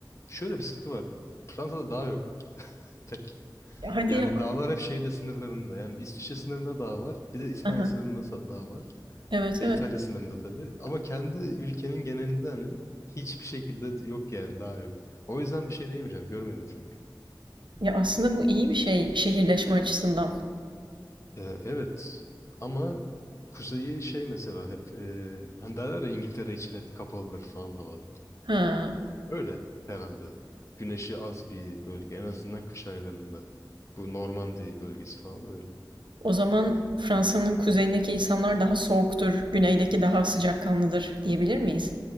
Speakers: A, on the left (about 40°); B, on the right (about 80°).
A: şöyle bir sıkıntı var. Fransa'da dağ yok. Tek.
B: Ya hadi
A: Yani
B: ya.
A: dağlar hep şeyde sınırlarında. Yani İsviçre sınırında dağ var. Bir de İspanya
B: Hı hı.
A: sınırında sa- dağ var.
B: Evet
A: Ve
B: evet.
A: İtalya sınırında tabii. Ama kendi ülkenin genelinde hani hiçbir şekilde yok yani daha yok. O yüzden bir şey diyemeyeceğim. Görmedim çünkü.
B: Ya aslında bu iyi bir şey şehirleşme açısından.
A: Ee, evet ama kuzeyi şey mesela hep e, hani derler ya İngiltere için hep kapalıdır falan hava.
B: Ha.
A: Öyle herhalde. Güneşi az bir bölge en azından kış aylarında. Bu Normandiya bölgesi falan öyle.
B: O zaman Fransa'nın kuzeyindeki insanlar daha soğuktur, güneydeki daha sıcakkanlıdır diyebilir miyiz?